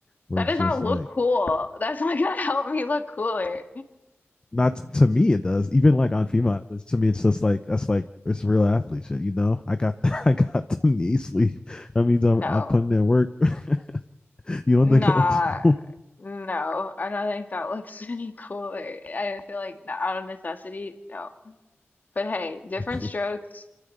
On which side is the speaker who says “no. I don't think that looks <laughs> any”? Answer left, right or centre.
Left